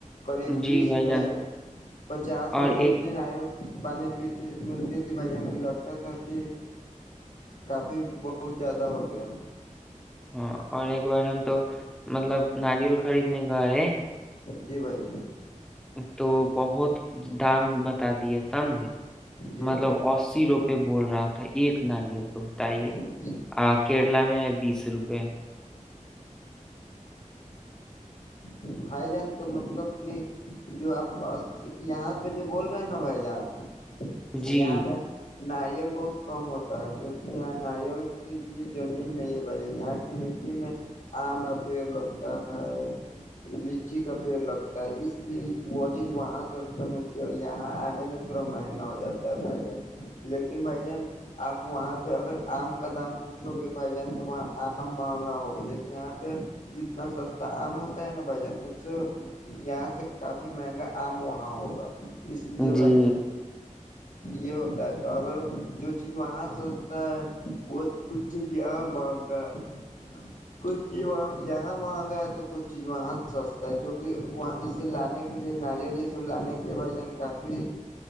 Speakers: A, on the left (about 70°); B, in the centre.
A: قریب
B: جی
A: بیس
B: بھائی
A: میں
B: جان
A: پچاس میں
B: اور ایک
A: تو اتنی نہ ہے پانی پیتی ملتی تھی بھائی جن کی لگتا تھا کہ کافی بہت زیادہ ہو گیا
B: ہاں اور ایک بار ہم تو مطلب ناریل خریدنے کائے ہے
A: جی بھائی جائی
B: تو بہت دام بتا دیا سمجھے
A: جی
B: مطلب
A: بھائی
B: اسی روپئے بول رہا تھا ایک ناریل بتائیے
A: جان جی
B: کیرلا میں ہے بیس روپے
A: بھائی جان تو مطلب کہ جو آپس یہاں پہ جو بول رہے ہیں نا بھائی جان
B: جی
A: ا یہاں پ ناریل بہت کم ہوتا ہے کیونکہ یہاں ناریل کے لیے زمین نہیں ہے بھائی یہاں کی مٹی میں آم کا پیڑ لگتا ہے لچی کا پیڑ لگتا ہے اس لیے وہ چیز وہاں سستا ملتی ہے اور یہاں آنے میں تھوڑا مہنگا ہو جاتا ہے بھائی جان لیکن بھائی جان آپ وہاں پہ اگر آم کا دام پوچھو گے بھائی جان تو وہاں آم مہنگا ہوگے جیسے یہاں پہ جتنا سستا آم ہو نا بھائی جان اس یہاں سے کافی مہنگا آم وہاں ہوگا اس لیے بھائی
B: جی
A: جان یہ ہوتا ہے تو اگر جو چیز وہاں سجتا ہے وہ کچھ چیز یہاں مانگا ہے کش جی وا یہاں مہنگا تو کچھ چیز وہاں سستا ہے کیوںکہ وہاں اسے لانے کے لیے ناریل یہ سب لانے کے لیے بھائی جان کافی